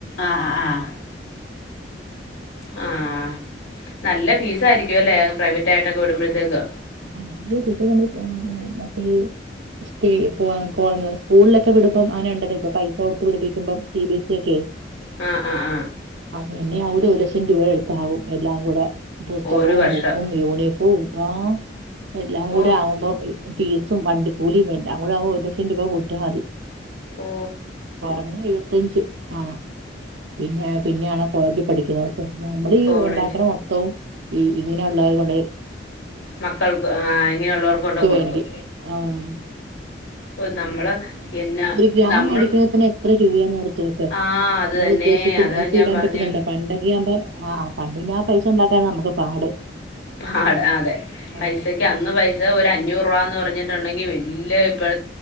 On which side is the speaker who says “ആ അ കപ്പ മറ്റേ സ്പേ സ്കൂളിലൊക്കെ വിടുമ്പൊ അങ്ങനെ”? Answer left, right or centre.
Right